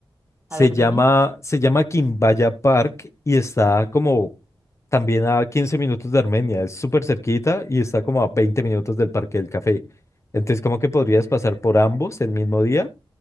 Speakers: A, on the left; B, on the right.
A: Se
B: A ver,
A: llama,
B: dime.
A: se llama Quimbaya Park y está como también a 15 minutos de Armenia. Es súper cerquita y está como a 20 minutos del Parque del Café. Entonces, como que podrías pasar por ambos el mismo día